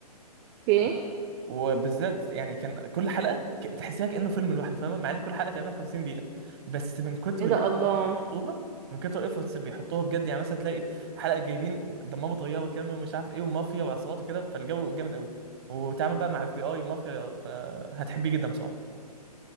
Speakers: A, on the right; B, on the right.
A: اوكي
B: مم. وبالذات يعني كان كل حلقه ك- تحسيها كانه فيلم لوحده فاهمه مع ان كل حلقه تقريبا 50 دقيقه بس من كتر
A: ايه
B: الإف
A: ده الله
B: اللي بيحطوها من كتر الافورتس اللي بيحطوها بجد يعني مثلا تلاقي حلقه جايبين دمروا طياره كامله ومش عارف ايه ومافيا وعصابات وكده فالجو جامد قوي وتعمل بقى مع اف بي اي ومافيا فهتحبيه جدا بصراحه